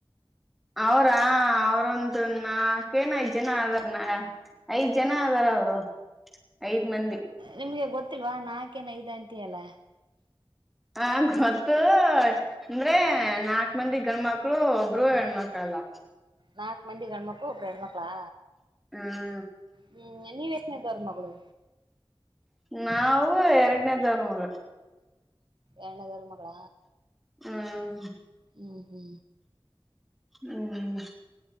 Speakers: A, in the centre; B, on the right.
A: ಅವ್ರಾ ಅವರೊಂದು ನಾಲ್ಕೇನಾಯ ಜನ ಆದರ್ನ ಐದ್ ಜನ ಆದದಾರ ಅವರು ಐದ್ ಮಂದಿ
B: ನಿಮ್ಗೆ ಗೊತ್ತಿಲ್ವಾ ನಾಕೇನ್ ಐದ್ ಅಂಟ ಅಲ್ಲ
A: ಹ ಗೊತ್ತು ಅಂದ್ರೆ ನಾಕ ಬಂದಿ ಗಂಡ್ಮಕ್ಳು ಒಬ್ರು ಹೆಣ್ಮಕ್ಳಲ್ಲಾ
B: ನಾಕು ಮಂದಿ ಗಣಮಕ್ಕು ಒಬ್ ಗಣಮಕ್ಕಳಾ
A: ಹ್ಮ
B: ಹ್ಮ್ ನೀವ್ ಎತ್ನ ಇದಾವರು ಮಗಳು
A: ನಾವು ಎರಡನೇದವರ್ ಮ
B: ಎರ್ಣನದರ ಮಗಳ
A: ಹ್ಮ
B: ಹ್ಮ ಹ್ಮ
A: ಹ್ಮ್